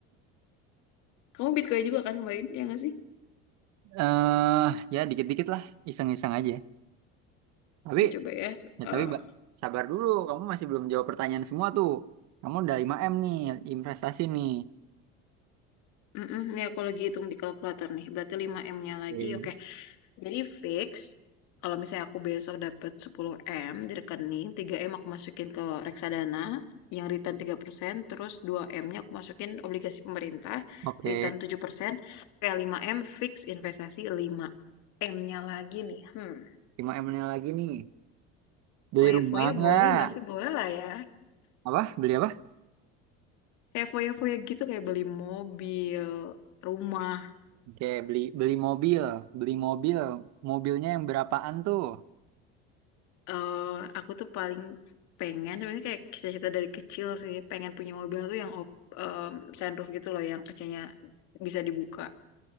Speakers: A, on the left; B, on the right.
A: Kamu Bitcoin juga kan kemarin, ya nggak sih?
B: eh ya dikit-dikit lah, iseng-iseng aja. Tapi
A: Coba ya.
B: ya
A: eh,
B: tapi Mbak, sabar dulu, kamu masih belum jawab pertanyaan semua tuh. Kamu udah lima m nih, investasi nih.
A: mm-mm, Ini aku lagi hitung di kalkulator nih. Berarti lima m nya lagi.
B: Oke.
A: Oke, Jadi fix, kalau misalnya aku besok dapat 10M di rekening, 3M aku masukin ke reksadana, yang return 3%, terus 2M-nya aku masukin obligasi pemerintah,
B: Oke.
A: return 7%, kayak 5M fix investasi 5M-nya lagi nih. Hmm,
B: 5M ini lagi nih. Beli
A: foya-foya
B: rumah nggak?
A: boleh nggak sih? Boleh lah ya.
B: Apa? Beli apa?
A: Kayak foya-foya gitu, kayak beli mobil, rumah,
B: Oke, beli beli mobil, beli mobil. Mobilnya yang berapaan tuh?
A: eh aku tuh paling pengen sebenarnya kayak cita-cita dari kecil sih pengen punya mobil tuh yang op, em, sunroof gitu loh yang kacanya bisa dibuka.